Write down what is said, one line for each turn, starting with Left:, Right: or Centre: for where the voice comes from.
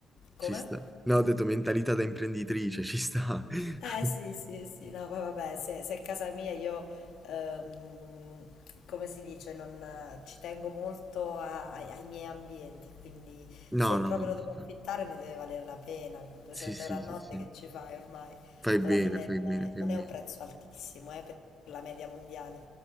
Left: Come?
Centre: Ci sta. No, ho detto mentalità da imprenditrice, ci sta. <laughs>
Left: Eh sì, sì, sì, no, poi vabbè, se, se è casa mia io, ehm, come si dice, non, eh, ci tengo molto a- ai, ai miei ambienti, quindi
Centre: No,
Left: se
Centre: no,
Left: proprio
Centre: vabbè.
Left: lo devo affittare ne deve valere la pena, 200
Centre: sì, sì,
Left: euro a notte
Centre: sì, sì.
Left: che ci fai ormai?
Centre: Fai bene,
Left: Alla fine
Centre: fai
Left: non
Centre: bene,
Left: è,
Centre: fai
Left: non
Centre: bene.
Left: è un prezzo altissimo, eh, per la media mondiale,